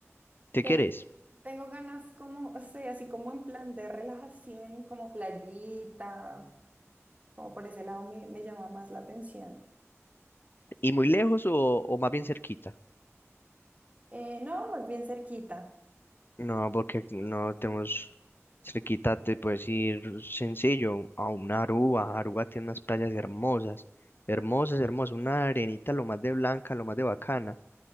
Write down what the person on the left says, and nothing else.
¿Te
querés?
¿Y muy lejos o, o más bien cerquita?
No, porque no tenemos cerquita, te puedes ir sencillo a una Aruba. Aruba tiene unas playas hermosas, hermosas, hermosas. Una arenita lo más de blanca, lo más de bacana.